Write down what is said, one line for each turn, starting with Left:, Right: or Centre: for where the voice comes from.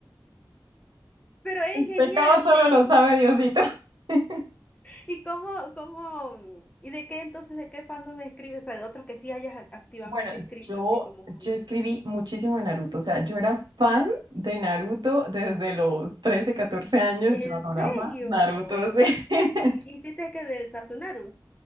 Left: Pero es genial.
Right: Pecado solo
Left: ¿Y de
Right: lo
Left: qué?
Right: sabe Diosito. <laughs>
Left: ¿Y cómo, cómo, y de qué entonces, de qué fandom escribes? O sea, de otros que sí hayas ac- activamente
Right: Bueno,
Left: escrito
Right: yo,
Left: así como hobby.
Right: yo escribí muchísimo de Naruto, o sea, yo era fan de Naruto desde los 13, 14 años,
Left: ¿En
Right: yo adoraba
Left: serio?
Right: Naruto, sí. <laughs>
Left: ¿Y hiciste que del Sasunaru?